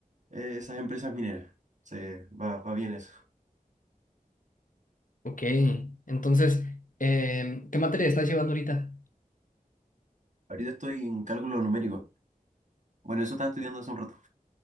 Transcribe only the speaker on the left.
Ok, entonces, em, ¿qué materia estás llevando ahorita?